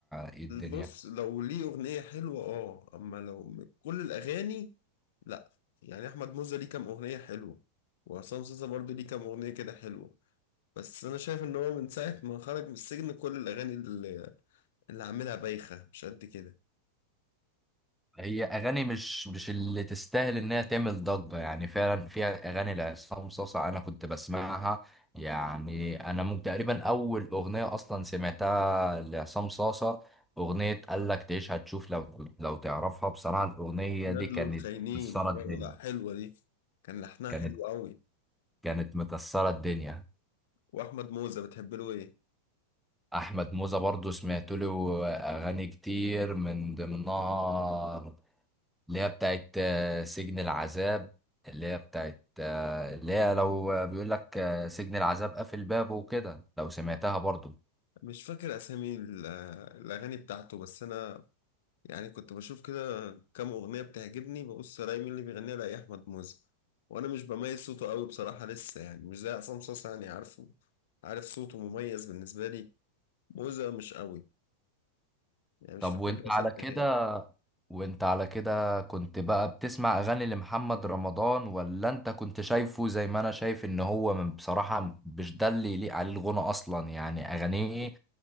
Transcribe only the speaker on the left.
بص لو ليه أغنية حلوة آه أما لو م- كل الأغاني لأ يعني أحمد موزة ليه كام أغنية حلوة وعصام صاصا برضه ليه كام أغنية كده حلوة بس أنا شايف إن هو من ساعة ما خرج من السجن كل الأغاني اللي, اللي عاملها بايخة مش قد كده
نادلو
الخاينين
آه
لأ حلوة دي كان لحنها
حلو قوي
واحمد موزة بتحب له ايه
مش فاكر اسامي ال- الاغاني بتاعته بس انا يعني كنت بشوف كده كام اغنيه بتعجبني ببص الاقي مين اللي بيغنيها الاقي احمد موزة وانا مش بميز صوته قوي بصراحه لسه يعني مش زي عصام صاصا يعني عارفه عارف صوته مميز بالنسبه لي موزة مش قوي يعني مش
فاكر
له اسامي
الاغاني